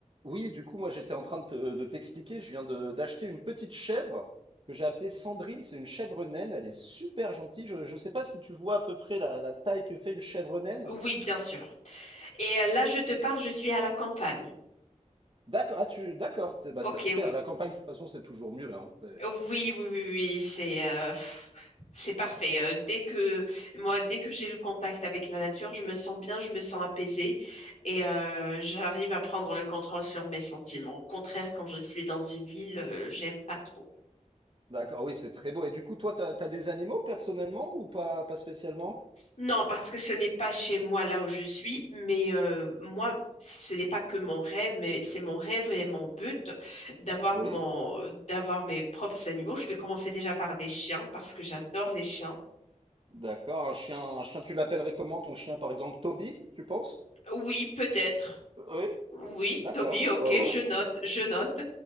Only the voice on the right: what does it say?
Oui, du coup, moi, j'étais en train de te- de t'expliquer. Je viens de- d'acheter une petite chèvre que j'ai appelée Sandrine. C'est une chèvre naine. Elle est super gentille. Je ne sais pas si tu vois à peu près la, la taille que fait une chèvre naine.
D'accord. Ah, tu, d'accord. C'est bah,
c'est super.
La campagne, de toute façon, c'est toujours mieux. hein. C'est-
D'accord. Oui, c'est très beau. Et du coup, toi, t'as, t'as des animaux personnellement ou pas, pas spécialement?
Oui.
D'accord. Un chien, un chien, tu l'appellerais comment ton chien, par exemple, Toby, tu penses?
Oui.
D'accord.
Oh,
ouais.